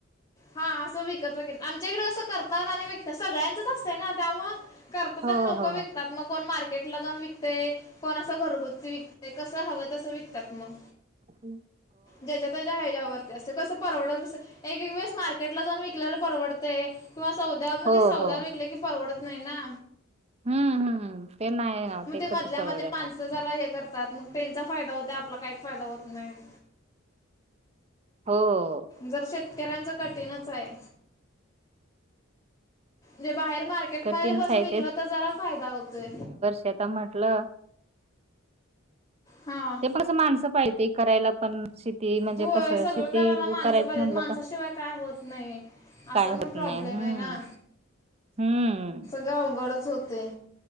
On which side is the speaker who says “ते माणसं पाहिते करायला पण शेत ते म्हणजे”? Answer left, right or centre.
Right